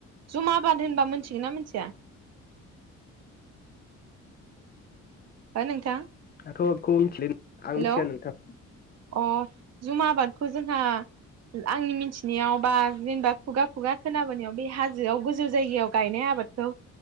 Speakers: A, on the right; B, on the left.
A: जुम आबाद होनबा मिथिगोन ना मिथिया योहो नोंथां।
B: दाथ'खौ बेखौ मिथिलाय आं
A: हेलौ
B: मिथिया नोंथां।
A: अ जुमा आबादखौ जोंहा आंनि मिथिनायाव बा जेनेबा खुगा खुगा खोनाबोनायाव बे हाजोआव गोजौ जायगायाव गायनाय आबादखौ